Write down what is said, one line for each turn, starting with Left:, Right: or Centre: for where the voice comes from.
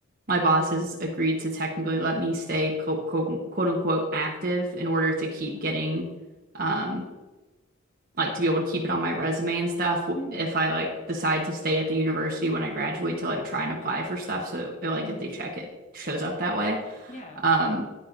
Right: My boss has agreed to technically let me stay quote, quote, quote unquote active in order to keep getting, um, like to be able to keep it on my resume and stuff w-
Left: Mm-hmm.
Right: if I like decide to stay at the university when I graduate to like try and apply for stuff. So, it, like,
Left: Mm-hmm.
Right: if they check it shows up that way.
Left: Yeah.
Right: Um,